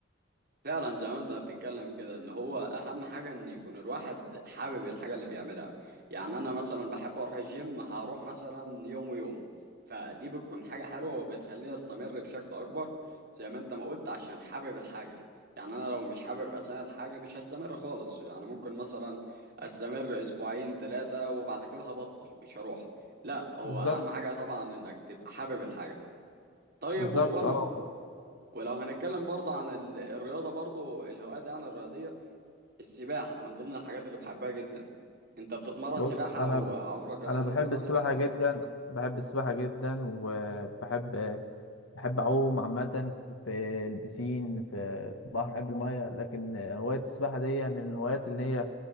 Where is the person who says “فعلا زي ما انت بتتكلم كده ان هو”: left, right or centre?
Right